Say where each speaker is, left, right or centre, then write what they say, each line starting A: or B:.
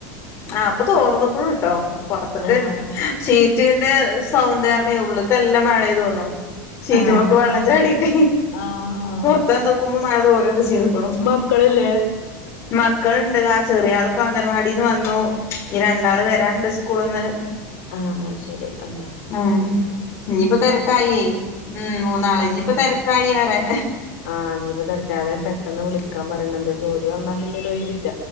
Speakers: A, on the left; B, on the left.
A: ആ് ഇപ്പൊ തോർന്നുക്കുണൂ ട്ടോ പൊറത്തക്ക്
B: ആഹ്
A: ഷീറ്റിന്റെ സൗണ്ട് കാരണെ ഉള്ള്ക്ക് നല്ല മഴയായിതോന്നു ഷീറ്റ്മക്ക്
B: ആഹ്
A: വെള്ളം
B: ആഹ്
A: ചാടിട്ട
B: ആഹ് ആഹ്
A: പൊറത്തന്ന് നോക്കുമ്പോ മഴ തോരോക്കെ ചെയ്തുക്കീണു
B: മക്കളില്ലേ
A: മക്കൾണ്ട് ദാആ ചെറിയാളിപ്പോ അംഗൻവാടിന്ന് വന്നു ഇനി രണ്ടാള് വരാന്ണ്ട് സ്കൂള്ന്ന്
B: ആ ശരി ആ
A: ഉം ഇഞ്ഞിപ്പോ തെരക്കായി ഉം മൂന്നാള് ഇനിപ്പോ
B: ഉം
A: തിരക്കായി ഏറെ
B: ആഹ് ഇഞ്ഞിപ്പോ തെരക്കായി അതാ ഞാൻ പെട്ടെന്ന് വിളിക്കാൻ പറയണത് ജോലി <unintelligible> തന്നാ പിന്ന ഒഴയില്ല